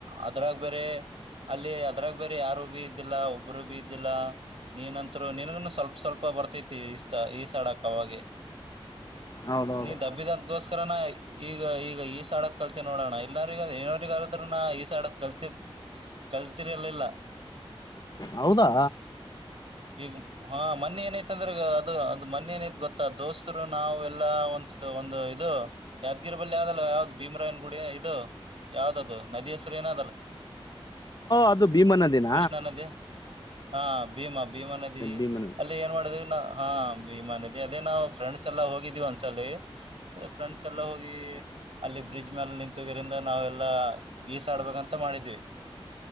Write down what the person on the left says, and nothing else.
ಹೌದೌದು
ಹೌದಾ
ಅದು ಭೀಮನ ದಿನ
ಭೀಮಾ ನದಿ